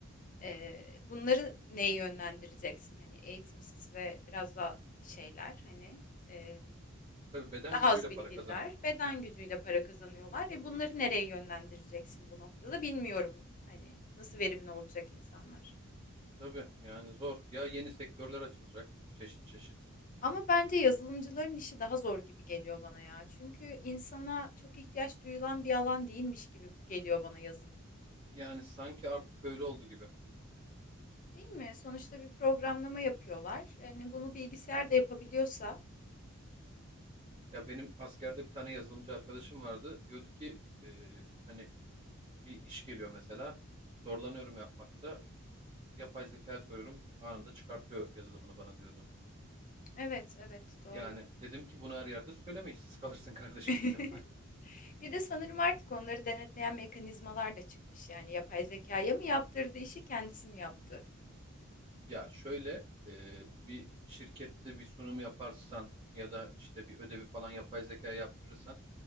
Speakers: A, on the left (about 40°); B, on the right (about 25°).
A: E, bunları neye yönlendireceksin hani eğitimsiz ve biraz daha şeyler hani e,
B: Tabii beden
A: daha
B: gücüyle
A: az bilgililer
B: para kazanan.
A: beden gücüyle para kazanıyorlar. E, bunları nereye yönlendireceksin bu noktada bilmiyorum hani nasıl verimli olacak insanlar.
B: Tabii yani zor. Ya yeni sektörler açılacak çeşit çeşit.
A: Ama bence yazılımcıların işi daha zor gibi geliyor bana ya. Çünkü insana çok ihtiyaç duyulan bir alan değilmiş gibi geliyor bana yazılım.
B: Yani sanki artık öyle oldu gibi.
A: Değil mi? Sonuçta bir programlama yapıyorlar. Yani bunu bilgisayar da yapabiliyorsa.
B: Ya benim askerde bir tane yazılımcı arkadaşım vardı. Diyordu ki e, hani bir iş geliyor mesela. Zorlanıyorum yapmakta. yapay zekaya soruyorum anında çıkartıyor yazılımını bana diyordu.
A: Evet, evet, doğru.
B: Yani dedim ki bunu her yerde söyleme işsiz kalırsın kardeşim
A: <laughs>
B: dedim. <laughs>
A: Bir de sanırım artık onları denetleyen mekanizmalar da çıkmış. Yani yapay zekaya mı yaptırdı işi, kendisi mi yaptı?
B: Ya şöyle e, bir şirkette bir sunum yaparsan ya da işte bir ödevi falan yapay zekaya yaptırırsan